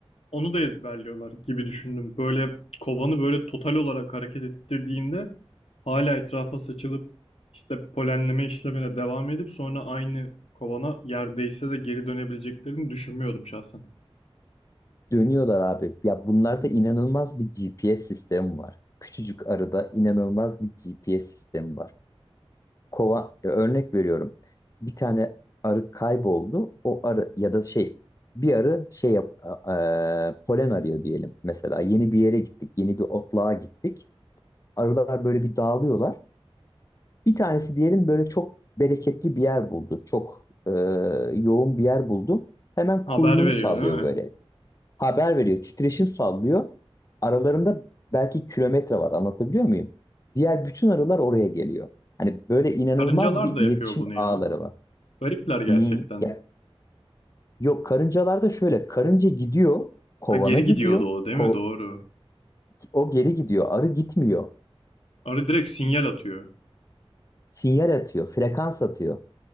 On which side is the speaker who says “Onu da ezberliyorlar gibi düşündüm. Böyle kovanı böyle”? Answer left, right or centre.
Left